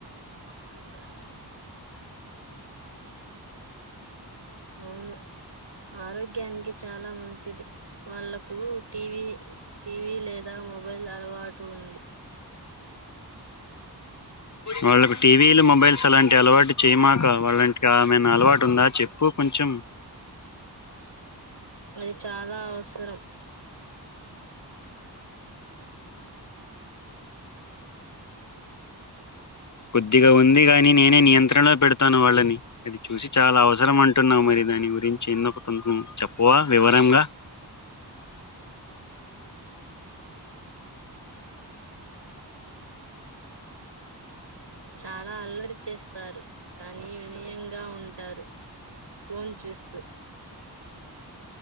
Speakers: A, on the right (about 85°); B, on the left (about 45°).
A: అ అవును ఆరోగ్యానికి చాలా మంచిది వాళ్లకూ టీవీ టీవీ లేదా మొబైల్ అలవాటు ఉంది
B: వాళ్ళకి టీవీలు మొబైల్స్ అలాంటి అలవాటు చేయమాక వల్లాంటి కా మైనా అలవాటుందా చెప్పు కొంచం
A: అది చాలా అవసరం
B: కొద్దిగా ఉంది గానీ నేనే నియంత్రణ <inaudible> పెడతాను వాళ్ళని అది చూసి చాలా అవసరం అంటున్నాం మరి దాని గురించి ఎన్నొ కథలు <inaudible> చెప్పవా వివరంగా
A: చాలా అల్లరి చేస్తారు కానీ వినయంగా ఉంటారు ఫోన్ చూస్తూ